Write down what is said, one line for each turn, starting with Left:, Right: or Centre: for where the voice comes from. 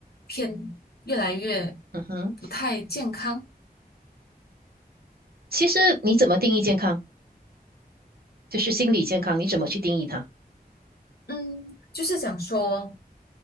Left: 偏越来越
Right: 嗯哼，
Left: 不太健康。
Right: 其实你怎么定义健康，就是心理健康，你怎么去定义它？
Left: 嗯，就是讲说，